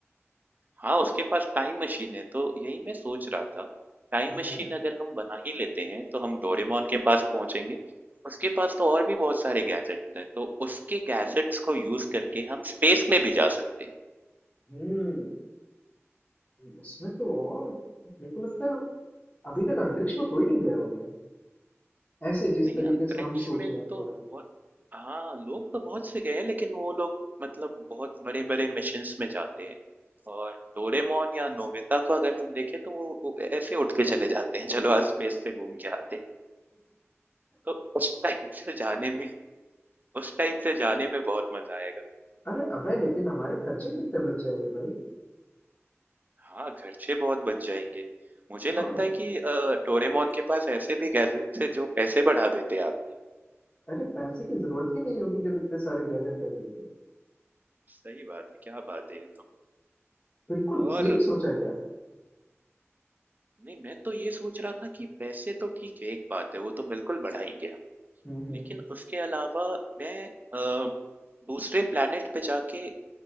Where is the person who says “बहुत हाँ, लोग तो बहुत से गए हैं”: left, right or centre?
Right